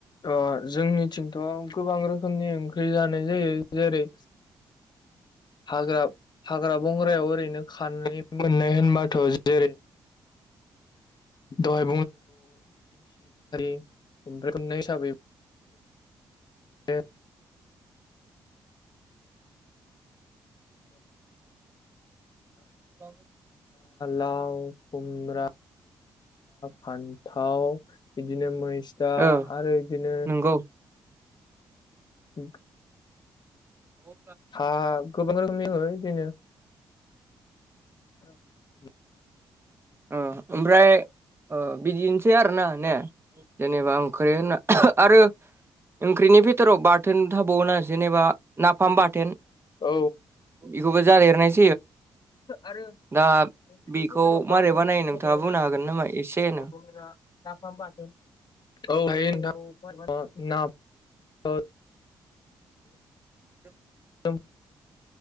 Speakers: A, on the left (about 45°); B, on the right (about 25°).
A: ओ जोंनिथिंथ' गोबां रोखोमनि ओंख्रि जानाय जायो जेरै हाग्रा हाग्रा बंग्रायाव ओरैनो खानाइ मोननाय होनबाथ' जेरै दहाय <unintelligible> हिसाबै ए
B: <inaudible>
A: लााउ खुम्ब्र फान्थाव बिदिनो मैस्तआरो
B: ओ
A: बिदिनो
B: नंगौ
A: औ
B: ओ
A: हा <unintelligible>
B: ओ ओमफ्राय ओ बिदिनोसै आरोना ने जेनेबा ओंख्रि होनना आरो ओंख्रिनि बिथोराव बाथोन थाबावो ना जेनेबा नाफाम बाथोन
A: औ
B: बेखौबो जादेरनाय जायो।
A: आरो
B: दा
A: ओंख्रिनि
B: बेखौ
A: बिथथोराव बाथोन
B: मारै बानायो नोंथाङा बुंनो हागोन नामा एसेनो
A: <unintelligible> नाफाम बाथोन औ थायो नोंथां <unintelligible>
B: <inaudible>
A: <unintelligible>